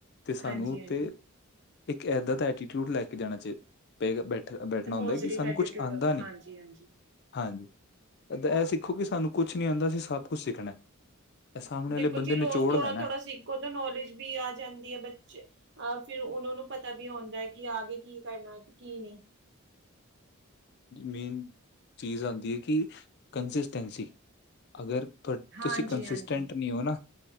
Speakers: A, on the left; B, on the right.
A: ਤੁਹਾਨੂੰ
B: ਹਾਂਜੀ ਹਾਂਜੀ
A: ਤੇ ਇੱਕ ਏਦਾਂ ਦਾ ਐਟੀਟਿਊਡ ਲੈ ਕੇ ਜਾਣਾ ਚਾਹੀਦਾ ਪਏ ਬੈਠੇ ਬੈਠਣਾ
B: ਤੇ ਪੋਜ਼ਟਿਵ
A: ਹੁੰਦਾ ਹੈ ਕਿ ਸਾਨੂੰ
B: ਐਟੀਟਿਊਡ
A: ਕੁਛ ਆਉਂਦਾ ਨਹੀਂ
B: ਹਾਂਜੀ ਹਾਂਜੀ
A: ਹਾਂਜੀ ਇਹ ਸਿੱਖੋ ਕਿ ਸਾਨੂੰ ਕੁਛ ਨੀ ਆਉਂਦਾ ਸਭ ਕੁਛ ਸਿੱਖਣਾ ਇਹ ਸਾਹਮਣੇ
B: ਦੇਖੋ
A: ਵਾਲੇ ਬੰਦੇ
B: ਜੀ ਰੋਜ਼
A: ਨਿਚੋੜ
B: ਥੋੜਾ-ਥੋੜਾ
A: ਲੈਣਾ
B: ਸਿੱਖੋ ਤਾਂ ਨੌਲੇਜ ਵੀ ਆ ਜਾਂਦੀ ਹੈ ਬੱਚੇ ਅਹ ਫਿਰ ਉਹਨਾਂ ਨੂੰ ਪਤਾ ਵੀ ਆਉਂਦਾ ਐ ਕਿ ਆਗੇ ਕੀ ਕਰਨਾ ਤੇ ਕੀ ਨਹੀਂ
A: ਮੇਨ ਚੀਜ਼ ਆਉਂਦੀ ਐ ਕਿ ਕੰਨਸਿਸਟੈਂਸੀ ਅਗਰ ਬਟ
B: ਹਾਂਜੀ
A: ਤੁਸੀਂ ਕੰਸਿਸਟੈਂਟ
B: ਹਾਂਜੀ
A: ਨਹੀਂ ਹੋ ਨਾ